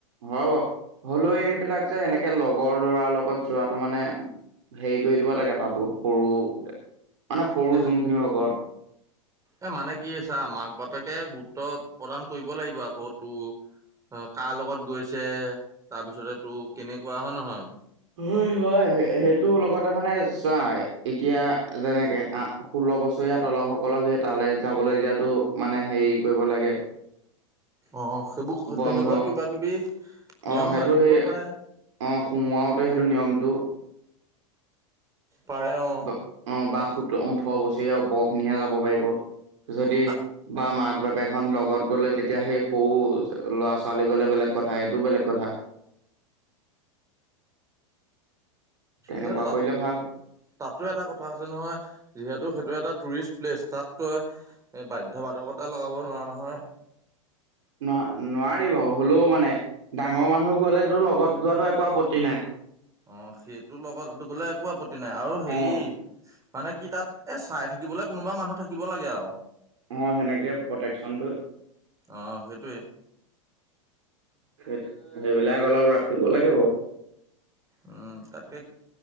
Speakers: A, on the right; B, on the right.
A: হয় বাও হলেও এইবিলাক যে এনেক- একে লগৰ ল'ৰাৰ লগত যোৱাটো মানে হেৰি কৰি দিব লাগে তাতো সৰু মানে সৰু
B: এ
A: যোনখিনি লগৰ
B: এ মানে কি ছা মাক বাপেকে গুৰুত্ব প্ৰদান কৰিব লাগিব আকৌ তো- অ কাৰ লগত গৈছে তাৰ পিছতেটো কেনেকুৱা হয় নহয়?
A: হয় হয় সেইটো লগতে মানে চোৱা এতিয়া যেনেকে আ- ষোল্ল বছৰীয়া তলসকলক সে তালে যাবলে দিয়াটো মানে হেৰি কৰিব লাগে।
B: অ সেইবোৰ
A: বন্ধ
B: তেনেকুৱা কিবা কিবি নিয়ম
A: অ সেইটো
B: বান্ধি
A: সেই
B: দিব পাৰে।
A: অ সোমোৱাওতে সেইটো নিয়মটো
B: পাৰে অ।
A: বা অ বা সোত ওঠৰ বছৰীয়া ওপৰ খিনিহে যাব পাৰিব। যদি
B: অ
A: বা মাক বাপেকহন লগত গ'লে তেতিয়া সেই সৰু ল'ৰা-ছোৱালী গলে বেলেগ কথা এইটো বেলেগ কথা। তেনেকুৱা
B: কিনো তাত
A: কৰিলে ভাল
B: তাতো এটা কথা আছে নহয় যিহেতু সেইটো এটা টুৰিষ্ট প্লেচ তাত তই এ বাধ্য বাধকতা লগাব নোৱাৰা নহয়।
A: ন নোৱাৰি বাও হ'লো মানে ডাঙৰ মানুহ গলেটো লগত যোৱাটো একো আপত্ত- ত্তি নাই।
B: অ সেইটোৰ লগত গ'লে একো আপত্তি নাই আৰু সেই
A: অ
B: মানে কি তাত এ চাই থাকিবলৈ কোনোবা মানুহ থাকিব লাগে আও।
A: অ সেনেকে প্ৰটেকশ্যনটো
B: অ সেইটোৱে।
A: সে সেইবিলাক অলপ ৰাখিব লাগে বাও।
B: উম তাকে